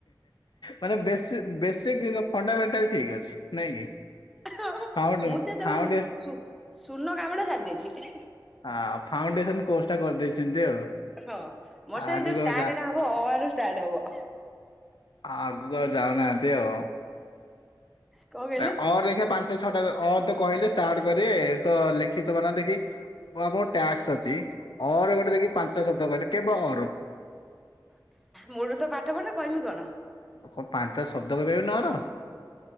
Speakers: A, on the left; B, in the centre.
A: ମାନେ ବେ ବେସି ଫଣ୍ଡାମେଣ୍ଟାଲ ଠିକ ଅଛି। ନାଇଁ କି
B: ଆଉ
A: ଫାଉ
B: ମୁଁ ସେ ଯୋଉ
A: ଫାଉଣ୍ଡେ
B: ଶୁ ଶୂନ କାମଟା ସାରିଦେଇଛି।
A: ଆ ଫାଉଣ୍ଡେସନ କୋର୍ସ ଟା କରିଦେଇଛନ୍ତି ଆଉ?
B: ହଁ ମୋର ସେ
A: ଆଗକୁ
B: ଯୋଉ ଷ୍ଟାର୍ଟ
A: ଆଉ ଯା
B: ଟେ ହବ ହବ ଅ ଆ ରୁ ଷ୍ଟାର୍ଟ ହବ।
A: ଆଗକୁ ଆଉ ଯାଉନାହାନ୍ତି ଆଉ
B: କଣ କହିଲେ?
A: ଅ ଦେଖିବା ପାଞ୍ଚ ଛଟା ଅ ତ କହିଲେ ଷ୍ଟାର୍ଟ କରିବେ ତ ଲେଖିତ ବନା ଦେଖି ଆପଣଙ୍କର ଟାସ୍କ ଅଛି ଅର ଗୋଟେ ଦେଖି ପାଞ୍ଚଟା ଶବ୍ଦ କହିଲେ କେବଳ ଅର?
B: ମୁଳୁନୁ ତ ପାଠ ପଢିନି କହିବି କଣ?
A: ଉ କଣ ପାଞ୍ଚଟା ଶବ୍ଦ କହପାରିବେନି ଅ ର?